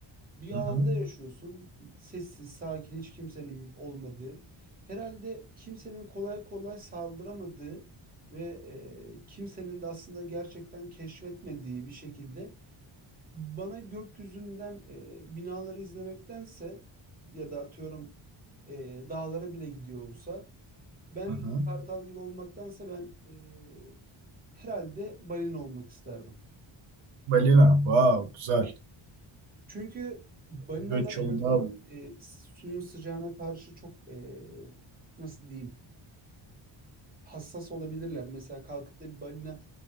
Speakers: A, on the right; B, on the right.
A: bir
B: Hı
A: alanda
B: hı.
A: yaşıyorsun sessiz sakin hiç kimsenin olmadığı herhalde kimsenin kolay kolay saldıramadığı ve e, kimsenin de aslında gerçekten keşfetmediği bir şekilde bana gökyüzünden e, binaları izlemektense ya da atıyorum e, dağlara bile gidiyor olsa ben
B: Hı hı.
A: bir kartal gibi olmaktansa ben e, Herhalde balina olmak isterdim.
B: Balina. Wow, güzel.
A: Çünkü balinalar
B: Göç
A: evet
B: yolu daha
A: su-
B: büyük.
A: e, suyun sıcağına karşı çok e, nasıl diyeyim hassas olabilirler. Mesela kalkıp da bir balina